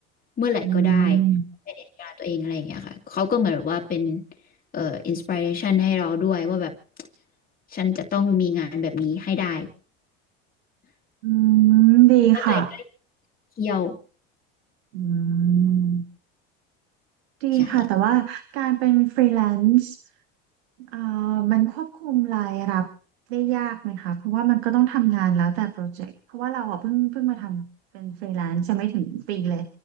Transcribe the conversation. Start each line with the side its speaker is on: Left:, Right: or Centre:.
Left: เมื่อไหร่ก็ได้
Right: อืม
Left: manage เวลาตัวเองอะไรอย่างเงี้ยค่ะเขาก็เหมือนแบบว่าเป็นเอ่ออินสปิเรชันให้เราด้วยว่าแบบฉันจะต้องมีงานแบบนี้ให้ได้
Right: อืมดีค่ะ
Left: ว่าะตัวเองก็เที่ยว
Right: อืมดีค่ะแต่ว่าการเป็นฟรีแลนซ์
Left: ใช่
Right: เอ่อมันควบคุมรายรับได้ยากไหมคะเพราะว่ามันก็ต้องทำงานแล้วแต่โปรเจกต์เพราะว่าเราอ่ะเพิ่งเพิ่งมาทำเป็นฟรีแลนซ์จะไม่ถึงปีเลย